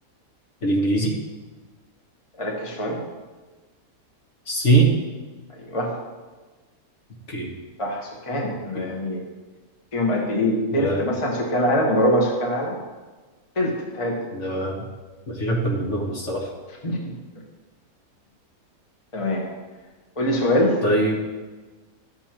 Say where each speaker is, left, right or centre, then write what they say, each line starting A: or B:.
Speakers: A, on the left; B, on the left.
A: الانجليزي
B: ركز شوية
A: سي
B: ايوه
A: اوكي
B: صح سكان
A: اوكي
B: يعني فيهم قد ايه تلت
A: آه
B: مثلا سكان العالم ولا ربع سكان العالم قلت بتهيألي
A: لا ما فيش اكتر منهم الصراحة
B: <laughs> تمام قول لي سؤال
A: طيب